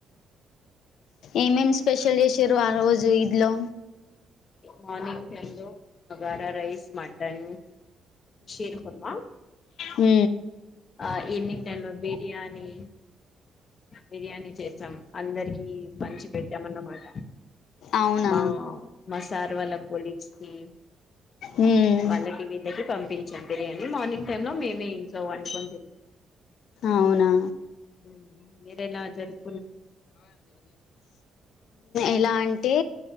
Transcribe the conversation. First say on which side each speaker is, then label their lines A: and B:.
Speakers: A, on the left; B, on the left.
A: ఏమేం స్పెషల్ చేసిర్రు? ఆ రోజు ఈద్ లో
B: మర్నింగ్ టైం లో, బగారా రైస్, మటన్. శీరు కుర్మా.
A: మ్
B: ఆ ఈవనింగ్ టైమ్ లో బిర్యానీ. బిర్యానీ చేసాం. అందరికి పంచి పెట్టాం అన్నమాట.
A: అవునా
B: మా మా సార్ వాళ్ళ కోలీగ్స్. మ్మ్.
A: మ్మ్
B: వాళ్ళకి, వీళ్ళకి పంపించం బిర్యానీ. ల్లి మార్నింగ్ టైమ్ లో, మేమే ఇంట్లో వండుకొని,
A: అవునా!
B: మ్ మీరెలా జరుప్
A: ఎలా అంటే,